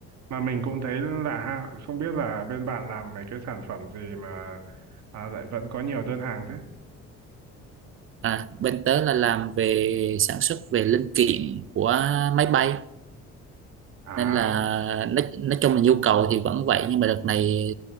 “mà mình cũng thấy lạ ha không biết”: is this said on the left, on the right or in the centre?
Right